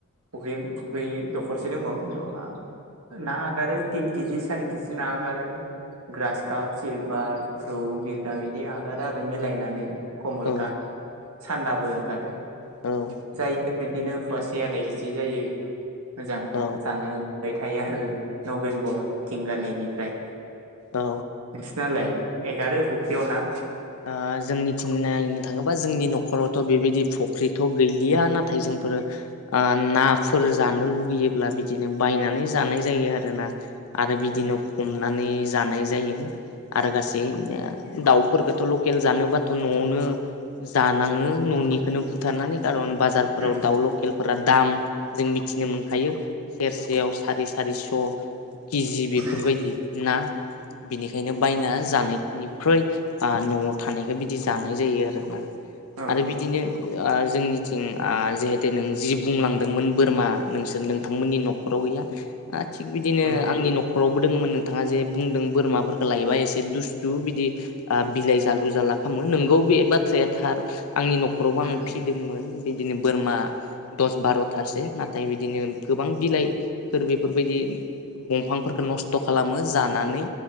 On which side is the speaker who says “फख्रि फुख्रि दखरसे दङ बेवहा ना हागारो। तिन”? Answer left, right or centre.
Right